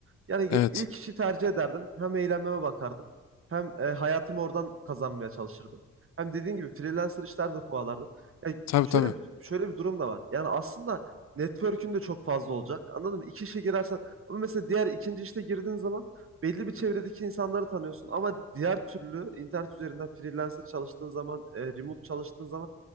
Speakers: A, on the right; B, on the left.
A: Yani ge-
B: Evet.
A: ilk işi tercih ederdim. Hem eğlenmeme bakardım. Hem e, hayatımı oradan kazanmaya çalışırdım. Hem dediğin gibi freelancer işler de kovalardım. Yani
B: Tabii
A: şöyle
B: tabii.
A: bir, şöyle bir durum da var. Yani aslında network'ün de çok fazla olacak. Anladın mı? İki işe girersen ama mesela diğer ikinci işte girdiğin zaman belli bir çevredeki insanları tanıyorsun ama diğer türlü internet üzerinden freelancer çalıştığın zaman, e, remote çalıştığın zaman